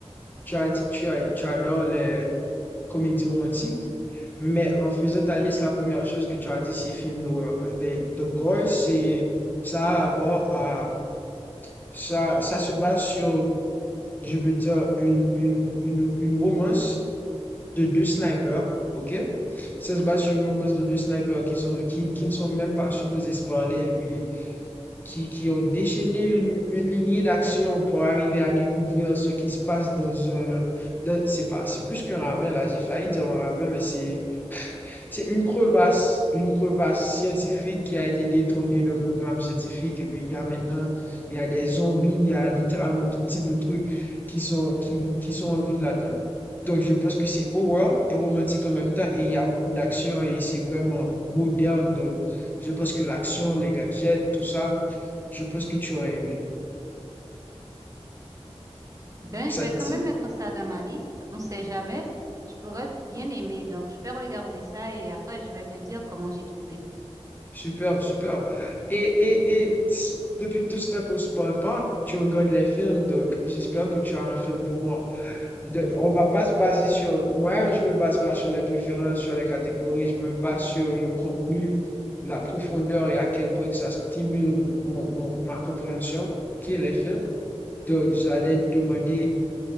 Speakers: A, on the left; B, on the right.
A: Tu as dit que tu, as- tu adores les comédies romantiques, mais en faisant ta liste, la première chose que tu as dit, c'est film d'horreur. Eh ben, The Gold*. c'est, ça a rapport à, ça, ça se base sur, je veux dire, une, une, une, une romance de deux snipers, ok? Ça se base sur une romance de deux snipers qui sont, qui, qui ne sont même pas supposés se parler, puis qui, qui ont déchaîné une, une lignée d'action pour arriver à découvrir ce qui se passe dans un, dans- c'est pas, c'est plus qu'un ravin, là, j'ai failli dire un ravin, mais c'est, c'est une crevasse, une crevasse scientifique qui a été détournée d'un programme scientifique. Et puis, il y a maintenant, il y a des zombies, il y a littéralement tout type de trucs qui sont, qui, qui sont en vie là-dedans. Donc, je pense que c'est horreur et romantique en même temps. Et il y a beaucoup d'action et c'est vraiment moderne. Donc, je pense que l'action, les gadgets, tout ça, je pense que tu aurais aimé.
B: Ben,
A: Ça
B: je vais
A: te
B: quand même
A: dit?
B: mettre ça dans ma liste. On sait jamais. Je pourrais bien aimer. Donc, je vais regarder ça et après, je vais te dire comment j'ai trouvé.
A: Super, super. Et, et, et depuis tout ce temps qu'on se parle pas, tu regardes les films. Donc, j'espère que tu as un film pour moi. de- on va pas se baser sur, moi, je me base pas sur les préférences, sur les catégories, je me base sur le contenu, la profondeur et à quel point que ça stimule mon, mon- ma compréhension, ok, les films. Donc, j'allais te demander